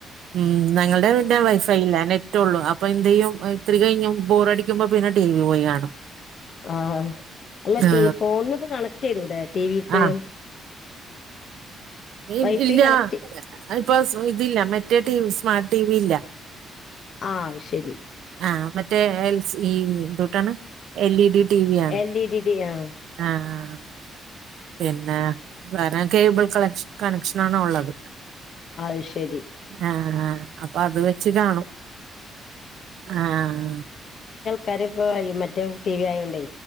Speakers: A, on the right; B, on the left.
A: ഉം ന്നങ്ങള്ടെ വീടിൻ്റെ വൈഫൈല്ല നെറ്റ് ഉള്ളൂ പ്പന്തെയ്യും ഇത്തിരി കഴിഞ്ഞ് ബോറടിക്കുമ്പോ പിന്നെ ടി വി പോയി കാണും.
B: ആഹ് അല്ല
A: ആ
B: ടി ഫോണിന്ന്ഇപ്പൊ കണക്ട്യ്തൂടെ ടി വിക്ക്
A: ആ <unintelligible>
B: വൈഫൈ
A: ഇല്ലാ
B: കണക്ട്
A: അ അയിപ്പൊ സ് ഇതില്ല മറ്റേ ടിവി സ്മാർട്ട് ടിവി ഇല്ല
B: ആവ് ശെരി
A: ആഹ് മറ്റേ എൽ സി എന്തുട്ടാണ് L E D T V ആണ്
B: എൽ ഇ ഡി ഡി ആഹ്
A: ആഹ് പിന്നെ വേറെ കേബിൾ കളക്ഷ് കണക്ഷനാണ് ഒള്ളത്
B: അവ് ശെരി
A: ആഹ് ആഹ് അപ്പൊ അത് വെച്ച് കാണും ആഹ്
B: കാരപകയിയും മറ്റേ ടി വി ആയോണ്ടേ